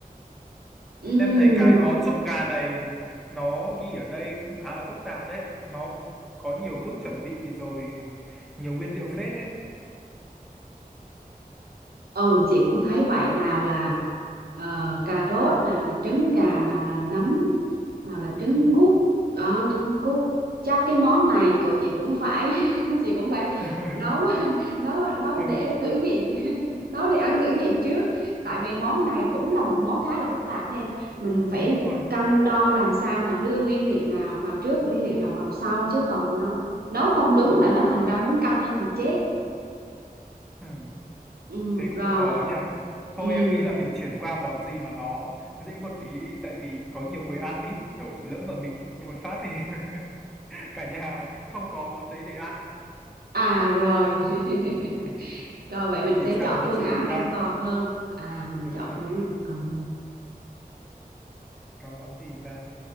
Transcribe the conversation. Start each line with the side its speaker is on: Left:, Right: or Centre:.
Right: Ừm,
Centre: Em thấy cái món súp gà này nó ghi ở đây cũng khá là phức tạp đấy. Nó có nhiều bước chuẩn bị rồi nhiều nguyên liệu phết đấy.
Right: ừ chị cũng thấy vậy nào là ờ, cà rốt nào là trứng gà nào là nấm nào là
Centre: Ừ.
Right: trứng gút đó trứng cút chắc cái món này của chị cũng phải <laughs> chị cũng phải
Centre: <laughs>
Right: nấu <laughs> nấu nấu
Centre: ừ,
Right: để thử nghiệm <laughs> nấu để ăn thử nghiệm trước tại vì món này cũng là một món khá là phức tạp đấy em mình
Centre: ừ,
Right: phải
Centre: đúng rồi.
Right: cân đo làm sao mà đưa nguyên liệu nào vào trước nguyên liệu nào vào sau chứ còn nó nấu không đúng
Centre: Ừ.
Right: là nó thành ra muốn canh luôn thì chết
Centre: Ừ.
Right: ừ,
Centre: thế
Right: rồi
Centre: cũng khó nha
Right: Ừ.
Centre: thôi em nghĩ là mình chuyển qua món gì mà nó dễ một tí đi tại vì có nhiều người ăn ý kiểu lỡ mà mình kêu một phát thì <laughs> cả nhà không có món đấy để ăn
Right: À rồi. <laughs>
Centre: ừ.
Right: Rồi vậy
Centre: mình
Right: mình
Centre: tìm
Right: sẽ
Centre: sang
Right: chọn
Centre: món
Right: phương
Centre: gì
Right: án
Centre: đấy ta
Right: an toàn hơn. À mình
Centre: đúng
Right: chọn
Centre: rồi
Right: phương án an toàn hơn.
Centre: có món gì ta